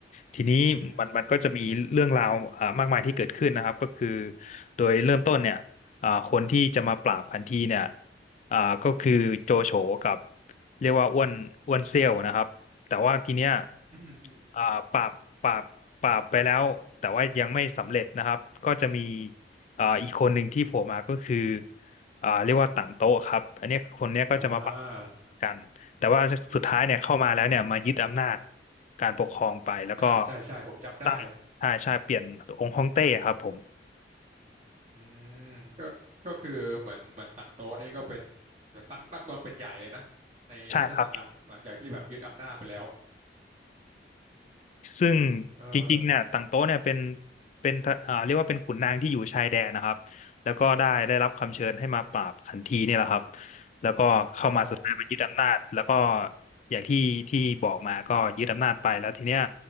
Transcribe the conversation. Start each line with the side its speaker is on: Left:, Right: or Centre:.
Left: ทีนี้มันมันก็จะมีเรื่องราวอ่ามากมายที่เกิดขึ้นนะครับก็คือ
Right: อืม
Left: โดยเริ่มต้นเนี่ยอ่าคนที่จะมาปราบขันทีเนี่ยอ่าก็คือโจโฉกับเรียกว่าอ้วนอ้วนเซี่ยวนะครับแต่ว่าทีเนี้ย
Right: อืมอืม
Left: อ่าปราบปราบปราบไปแล้วแต่ว่ายังไม่สำเร็จนะครับก็จะมี อ่าอีกคนหนึ่งที่โผล่มาก็คืออ่าเรียกว่าต่างโต๊ะครับอันเนี้ยคนเนี้ยก็จะมาปะ
Right: อ่า
Left: กันแต่ว่าสุดท้ายเนี่ยเข้ามาแล้วเนี่ยมายึดอำนาจการปกครองไปแล้วก็
Right: อ่าใช่ใช่ผมจำได้
Left: ตั้งใช่ใช่เปลี่ยนองค์ฮ่องเต้ครับผม
Right: อืมก็ก็คือเหมือนเหมือนตั้งโต๊ะนี่ก็เป็นเหมือนตั้งตั้งตนเป็นใหญ่เลยนะในราชสำนักหลังจากที่แบบยึดอำนาจไปแล้ว
Left: ใช่ครับ ซึ่ง
Right: เออ
Left: จริงๆเนี่ยต่างโต๊ะเนี่ยเป็นเป็นอ่าเรียกว่าเป็นขุนนางที่อยู่ชายแดนนะครับแล้วก็ได้ได้รับคำเชิญให้มาปราบขันทีนี่แหละครับแล้วก็เข้ามาสุดท้ายมายึดอำนาจแล้วก็
Right: อ๋อ
Left: อย่างที่ที่บอกมาก็ยึดอำนาจไปแล้วทีเนี้ย